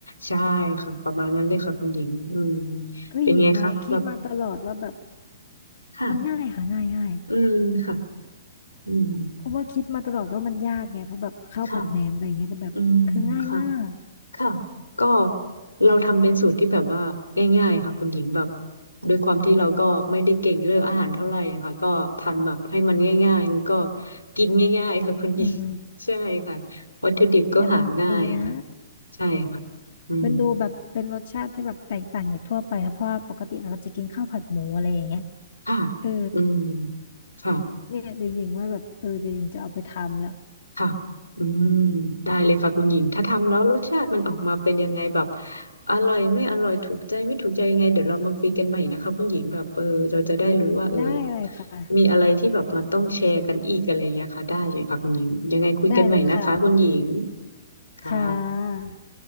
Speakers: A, on the left; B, on the left.
A: ใช่ค่ะประมาณนั้นเลยค่ะคุณหญิงอืม
B: คือหญิงอ่ะคิดมาตลอดว่าแบบ
A: เป็นไงคะแบบค่ะ
B: มันง่ายค่ะง่ายง่าย
A: อืมค่ะอืม
B: เพราะว่าคิดมาตลอดว่ามันยากไงเพราะแบบข้าวผัดแหนมอะไรอย่างเงี้ยแต่แบบคือง่ายมาก
A: ค่ะอืมค่ะ ค่ะก็เราทำเป็นสูตรที่แบบว่าง่ายๆค่ะคุณหญิงแบบด้วยความที่เราก็ไม่ได้เก่งเรื่องอาหารเท่าไหร่ค่ะก็ทำแบบให้มันง่ายๆแล้วก็กินง่ายๆค่ะคุณหญิง
B: อืม
A: <laughs> ใช่ค่ะวัตถุดิบก็หาง่ายค่ะ
B: แต่มันดีนะ
A: ใช่ค่ะอืม
B: มันดูแบบเป็นรสชาติที่แบบแตกต่างจากทั่วไปนะเพราะว่าปกติเราจะกินข้าวผัดหมูอะไรอย่างเงี้ย
A: ค่ะ
B: เออ
A: อืมค่ะ
B: เนี่ยเดี๋ยวหญิงว่าแบบเออเดี๋ยวหญิงจะเอาไปทำแล้ว
A: ค่ะอืมได้เลยค่ะคุณหญิงถ้าทำแล้วรสชาติมันออกมาเป็นยังไงแบบอร่อยไม่อร่อยถูกใจไม่ถูกใจยังไงเดี๋ยวเรามาคุยกันใหม่นะคะคุณหญิงแบบเออเราจะได้รู้ว่าเออ
B: ได้เลยค่ะ
A: มีอะไรที่แบบมาต้องแชร์กันอีกอะไรอย่างเงี้ยค่ะได้เลยค่ะคุณหญิงยังไงคุยกันใหม่นะคะคุณหญิง
B: ได้เลยค่ะ
A: ค่ะ
B: ค่ะ